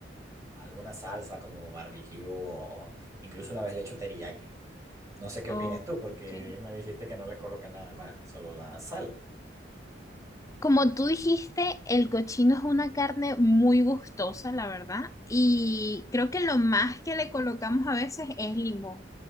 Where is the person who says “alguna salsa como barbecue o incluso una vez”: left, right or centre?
Right